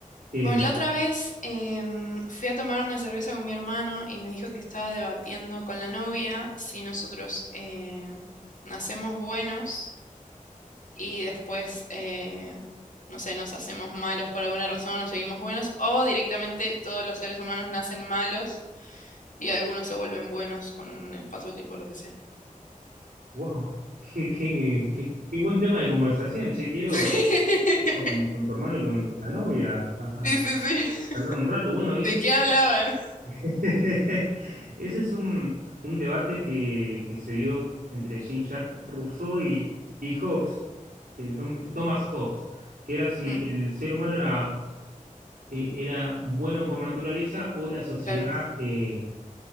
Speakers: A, on the right; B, on the left.
A: Eh,
B: Bueno, la otra vez em, fui a tomar una cerveza con mi hermano y me dijo que estaba debatiendo con la novia si nosotros eh, nacemos buenos y después, eh, no sé, nos hacemos malos por alguna razón, nos seguimos buenos, o directamente todos los seres humanos nacen malos y algunos se vuelven buenos con el paso del tiempo, lo que sea.
A: wow, qué, qué, qué- qué buen tema de conversación, che, quiero
B: <laughs>
A: ir con, con tu hermano y con, con la novia a,
B: Sí,
A: a
B: sí, sí.
A: charlar un rato. Bueno, ese
B: ¿De
A: es
B: qué hablaban?
A: <laughs> Ese es un, un debate que, que se dio entre Jean-Jacques Rousseau y, y Hobbes, que el nombre, Thomas Hobbes, que era si
B: Mm,
A: el ser humano era, eh, era bueno por naturaleza o la sociedad
B: claro,
A: eh,